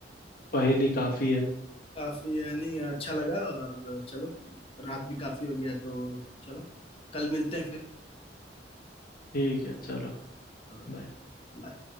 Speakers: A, on the left; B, on the left.
A: पहेली काफी है
B: काफी है, नहीं अच्छा लगा और चलो रात भी काफी हो गया तो चलो कल मिलते हैं फिर
A: ठीक है चलो
B: ओके
A: बाय
B: बाय।